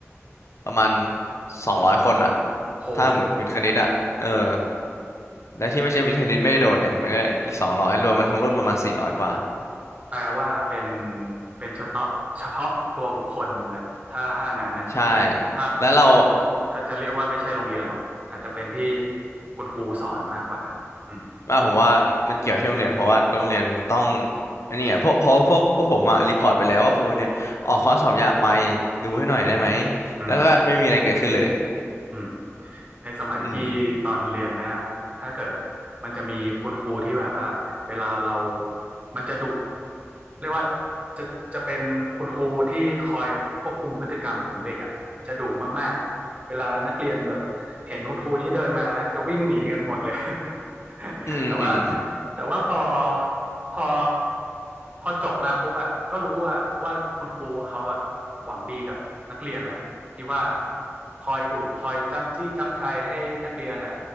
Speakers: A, on the left (about 70°); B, on the right (about 25°).
A: ประมาณสองร้อยคนอ่ะ
B: โห
A: ถ้าหมดวิทย์คณิตอ่ะเออและที่ไม่ใช่วิทย์คณิตไม่ได้โดนเนี่ยมันก็อีกสองร้อยรวมมันทั้งรุ่นประมาณสี่ร้อยกว่า
B: แปลว่าเป็น เป็นเฉพาะเฉพาะตัวบุคคลแหละ ถ้าถ้างั้นเนี่ย
A: ใช่
B: ถ้าถ้า
A: แล้วเรา
B: ถ้าจะเรียกว่าไม่ใช่โรงเรียนหรอก อาจจะเป็นที่คุณครูสอนมากกว่า อืม
A: อ่าผมว่ามันเกี่ยวที่โรงเรียนเพราะว่าโรงเรียนต้องอันนี้ไงพวกเพราะพวกพวกผมอะรีพอร์ตไปแล้วว่าครูเนี่ยออกข้อสอบยากไปดูให้หน่อยได้ไหม
B: อืม
A: แล้วก็ไม่มีอะไรเกิดขึ้นเลย
B: อืม ในสมัยพี่ตอนเรียนนะ
A: อืม
B: ถ้าเกิดมันจะมีคุณครูที่แบบว่าเวลาเรามันจะดุเรียกว่าจะจะเป็นคุณครูที่คอยควบคุมพฤติกรรมของเด็กอ่ะจะดุมากๆเวลานักเรียนแบบเห็นคุณครูนี้เดินมานะจะวิ่งหนีกันหมดเลย <laughs>
A: อืมอืม
B: แต่ว่าแต่ว่าพอพอพอจบมาปุ๊บอ่ะก็รู้อ่ะว่าคุณครูเขาอ่ะหวังดีกับนักเรียนแหละ ที่ว่าคอยดุคอยจ้ำจี้จ้ำชัยให้นักเรียนอ่ะ